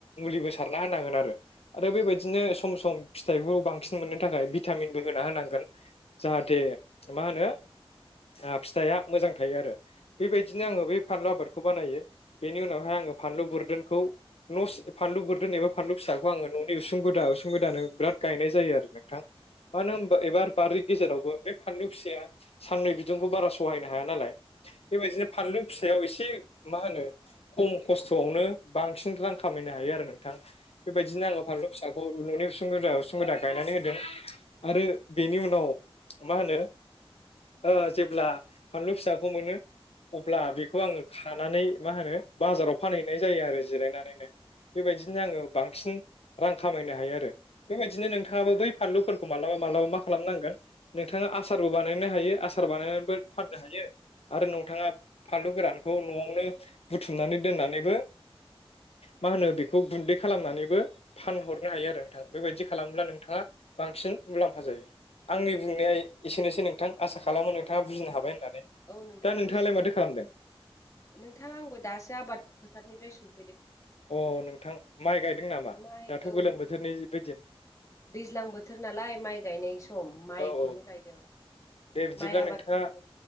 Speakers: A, on the left; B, on the left.
A: मुलिबो सारना होनांगोन आरो। आरो बेबायदिनो सम सम फिथाइखौ बांसिन मोननो थाखाय भिटामिनबो होना होनांगोन जाहाथे मा होनो ओ फिथाइआ मोजां थायो आरो। बेबायदिनो आङो बै फानलु आबादखौ बानायो बेनि उनावहाय आं फानलु बोरदोनखौ नस फानलु बोरदोन एबा फानलु फिसा खौ आङो न'नि उसुं गोदा उसुं गोदानो बिराद गायनाय जायो आरो नोंथां। मानो
B: औ
A: होनबा एबार बारि गेजेरावबो बे फानलु फिसाया साननै बिदुंखौ बारा सहायनो हाया नालाय बेबायदिनो फानलु फिसायाव एसे मा होनो खम खस्थ'आवनो बांसिन रां खामायनो हायो आरो नोंथां। बेबायदिनो आङो फानलु फिसाखौ न'नि उसुं सुं गुदा उसुं गुदा गायनानै होदों आरो बेनि उनाव मा होनो ओ जेब्ला फानलु फिसाखौ मोनो अब्ला बेखौ आङो खानानै मा होनो बाजाराव फानहैनाय जायो आरो जिरायनानैनो। बेबायदिनो आङो बांसिन रां खामायनो हायो आरो। बेबायदिनो नोंथाङाबो बै फानलुफोरखौ मालाबा मालाबा मा खालामनांगोन नोंथाङा आसारबो बानायनो हायो आसार बानायनानैबो फाननो हायो। आरो नोंथाङा फानलु गोरानखौ न'आव नो बुथुमनानै दोननानैबो मा होनो बेखौ गुन्दै खालामनानैबो फानहरनो हायो आरो नोंथां बेबायदि खालामोब्ला नोंथाङा बांसिन मुलाम्फा जायो। आंनि बुंनाया एसेनोसै नोंथां आसा खालामो
B: औ
A: नोंथाङा बुजिनो हाबाय होननानै।
B: औ नोंथां
A: दा नोंथाङालाय
B: बुजिबाय
A: माथो खालामदों
B: नोंथां। आंबो दासो आबाद फोथारनिफ्राय सौ
A: अ नोंथां माइ गायदों नामा?
B: माइ
A: दाथ'
B: औ
A: गोलोम बोथोरनिबो दिन।
B: दैज्लां बोथोर नालाय माइ गायनाय सम माइखौनो
A: औ औ
B: गायदों।
A: दे बिदिब्ला
B: माइ आबाद
A: नोंथाङा
B: खालामो